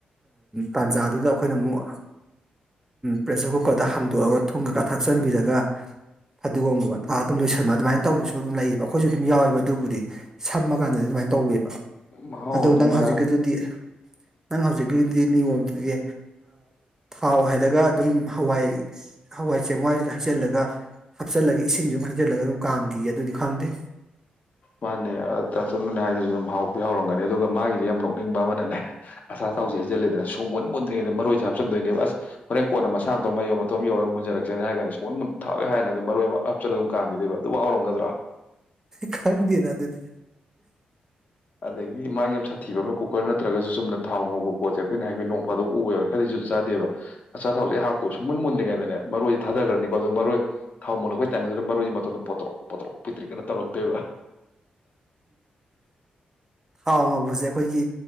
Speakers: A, on the right; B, on the left.
A: ꯇꯥꯟꯖꯥꯗꯨꯗ ꯑꯩꯈꯣꯏꯅ ꯑꯃꯨꯛ ꯄ꯭ꯔꯦꯁꯔ ꯀꯨꯀꯔꯗ ꯍꯥꯡꯗꯣꯛꯑꯒ ꯊꯨꯝꯉꯒ ꯊꯛꯆꯟꯕꯤꯔꯒ ꯐꯗꯤꯒꯣꯝꯒꯨꯝꯕ ꯊꯥꯛ ꯑꯗꯨꯝ ꯂꯣꯏꯁꯟꯕ ꯑꯗꯨꯃꯥꯏꯅ ꯇꯧꯕꯁꯨ ꯑꯗꯨꯝ ꯂꯩꯌꯦꯕ ꯑꯩꯈꯣꯏꯁꯨ ꯑꯗꯨꯝ ꯌꯥꯎꯋꯦꯕ ꯑꯗꯨꯕꯨꯗꯤ ꯁꯝꯃ ꯀꯥꯟꯗꯗꯤ ꯑꯗꯨꯃꯥꯏꯅ ꯇꯧꯋꯦꯕ
B: ꯃꯍꯥꯎ
A: ꯑꯗꫭ
B: ꯑꯗꯨꯝ
A: ꯅꯪ
B: ꯃꯥ
A: ꯍꯧꯖꯤꯛꯀꯤꯗꯨꯗꯤ ꯅꯪ ꯍꯧꯖꯤꯛꯀꯤꯗꯤ ꯅꯤꯌꯣꯝꯗꯗꯤ ꯊꯥꯎ ꯍꯥꯏꯩꯔꯒ ꯑꯗꯨꯝ ꯍꯋꯥꯏ ꯍꯋꯥꯏ ꯆꯦꯡꯋꯥꯏ ꯍꯩꯖꯤꯜꯂꯒ ꯍꯥꯞꯆꯤꯜꯂꯒ ꯏꯁꯤꯡꯁꯨ ꯑꯗꯨꯝ ꯍꯩꯖꯤꯜꯂꯒ ꯑꯗꯨꯝ ꯀꯥꯝꯈꯤꯌꯦ ꯑꯗꯨꯗꯤ ꯈꯪꯗꯦ
B: ꯃꯥꯅꯦ ꯇꯥꯊꯣꯟꯅꯅꯦ ꯍꯥꯏꯗꯨꯁꯨ ꯑꯗꯨꯝ ꯍꯥꯎꯗꯤ ꯍꯥꯎꯔꯝꯒꯅꯤ ꯑꯗꯨꯒ ꯃꯥꯒꯤꯗꯤ ꯌꯥꯝ ꯅꯣꯛꯅꯤꯡꯕ ꯑꯃꯅꯅꯦ ꯑꯁꯥ ꯊꯥꯎꯁꯦ ꯍꯖꯤꯜꯜꯂꯤꯦꯗꯅ ꯁꯣ ꯃꯣꯟ ꯃꯨꯗ꯭ꯔꯤꯩꯗ ꯃꯔꯣꯏꯁꯦ ꯍꯥꯞꯆꯤꯟꯗꯣꯏꯅꯦꯕ ꯑꯁ ꯍꯣꯔꯦꯟ ꯀꯣꯟꯅ ꯃꯁꯥ ꯑꯃꯇꯣ ꯑꯃ ꯃꯌꯣ ꯃꯇꯣꯝ ꯌꯧꯔꯒ ꯃꯨꯟꯔꯛꯁꯦ ꯍꯥꯏꯔꯒꯅꯤ ꯁꯣꯃꯣꯟ ꯃꯨꯟ ꯊꯥꯎꯋꯦ ꯍꯥꯏꯅ ꯑꯗꯨꯝ ꯃꯔꯣꯏ ꯑꯃ ꯍꯥꯞꯆꯤꯂꯒ ꯑꯗꯨꯝ ꯀꯥꯡꯥꯡꯈꯤꯗꯦꯕ ꯑꯗꯨꯕꯨ ꯍꯥꯎꯔꯝꯒꯗ꯭ꯔꯥ
A: ꯈꯪꯗꯦ ꯗꯦ ꯑꯗꯨꯗꯤ
B: ꯑꯗꯒꯤ ꯃꯥꯒꯤ ꯌꯥꯝ ꯁꯥꯊꯤꯕ ꯑꯃ ꯀꯨꯀꯔ ꯅꯠꯇ꯭ꯔꯒꯁꯨ ꯆꯨꯝꯅ ꯊꯥꯎ ꯉꯧꯕ ꯄꯣꯠꯖꯦꯛ ꯑꯩꯈꯣꯏꯅ ꯍꯥꯏꯐꯦ ꯅꯣꯡ ꯐꯥꯗ ꯎꯋꯦꯕ ꯈꯔꯗꯤ ꯨꯠ ꯆꯥꯗꯦꯕ ꯑꯆꯥ ꯊꯥꯎꯁꯦ ꯑꯩ ꯍꯥꯞꯇꯦ ꯁꯨꯡꯃꯟ ꯃꯨꯟ꯭ꯔꯤꯉꯩꯗꯅꯦ ꯃꯔꯣꯏꯁꯦ ꯊꯥꯊꯈ꯭ꯔꯅꯤꯀꯣ ꯑꯗꯣ ꯃꯔꯣꯏ ꯊꯥꯎ ꯃꯨꯜꯂꯛꯄ ꯇꯥꯏꯃꯤꯗꯨꯗ ꯃꯔꯣꯏꯁꯦ ꯃꯇꯨꯡꯗ ꯄꯣꯇꯣꯔꯛ ꯄꯣꯇꯣꯔꯛ ꯄꯤꯇ꯭ꯛꯀꯅ ꯇꯧꯔꯛꯇꯣꯏꯕ
A: ꯊꯥꯎ ꯉꯧꯕꯁꯦ ꯑꯩꯈꯣꯏꯒꯤ